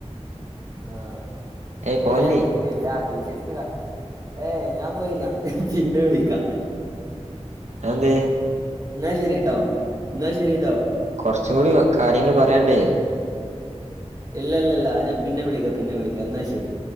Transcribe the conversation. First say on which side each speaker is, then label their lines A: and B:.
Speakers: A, on the right; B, on the right.
A: ആഹ
B: ഏയ് പോവല്ലേ
A: ആ ആ ടീച്ചേഴ്സിന്റെ കാ ഏ് ഞാൻ പോയിരുന്ന പിന്നെ വിളിക്കാ
B: എന്തേ
A: ന ശരിട്ടാവ ന ശരിട്ടാവ
B: കുറച്ചും കൂടി കാര്യങ്ങൾ പറയണ്ടേ
A: ഇല്ല ഇല്ല ഇല്ല ഞൻ പിന്നെ വിളിക്കാം പിന്നെ വിളിക്കാം എന്നാൽ ശരി